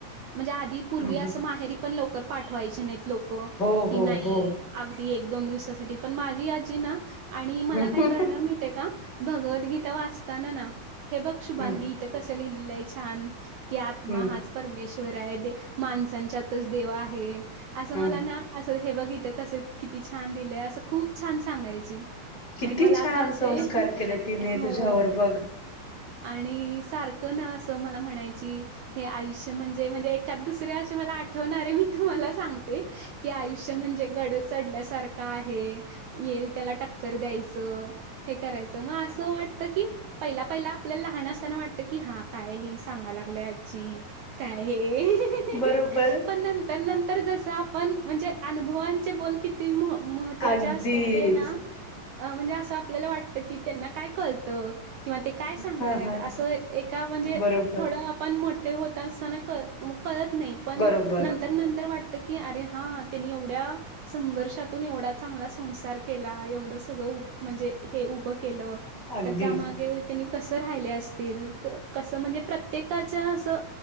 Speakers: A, on the right; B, on the left.
A: म्हणजे आधी पूर्वी
B: हम्म
A: असं
B: हम्म
A: माहेरी पण लवकर पाठवायचे नाहीत लोक
B: हो
A: की
B: हो
A: नाही
B: हो
A: अगदी एक दोन दिवसासाठी पण माझी आजी ना आणि मला
B: हम्म
A: काय करणार माहिताय का भगवद्गीता वाचताना ना हे बघ शुभांगी
B: हम्म
A: ते कस लिहिलंय छान की आत्मा
B: हम्म
A: हाच परमेश्वर माणसांच्याच देवा आहे असं
B: हम्म
A: मला ना असं हे बघ इथ कस किती छान दिलंय असं खूप छान सांगायची
B: किती
A: आणि मला
B: छान
A: आता असे
B: संस्कार केले तिने
A: हो
B: तुझ्यावर बघ
A: आणि सारखं ना असं मला म्हणायची हे आयुष्य म्हणजे म्हणजे एकाद दुसरे असे मला आठवणारे मी तुम्हाला सांगते की आयुष्य म्हणजे गड चढल्यासारखं आहे येईल त्याला टक्कर द्यायचं हे करायचं मग असं वाटतं की पहिला पहिला आपल्याला लहान असताना वाटतं की हा काय हे सांगा लागल्या आज्जी काय हे
B: बरोबर
A: पण नंतर नंतर जस आपण म्हणजे अनुभवांचे बोल किती महत्त्वाचे
B: अगदीच
A: असतात ते ना अ म्हणजे असं आपल्याला वाटतं की त्यांना काय कळतं किंवा ते काय सांगणार
B: हा
A: आहेत
B: हा
A: असं एका म्हणजे
B: बरोबर
A: थोडं आपण मोठे होत असताना कळ कळत नाही पण
B: बरोबर
A: नंतर नंतर वाटत की अरे हा त्यांनी एवढ्या संघर्षातून एवढा चांगला संसार केला एवढं सगळं म्हणजे हे उभं केलं
B: अगदीच
A: तर त्यामागे त्यांनी कस राहिले असतील कसं म्हणजे प्रत्येकाच्या असं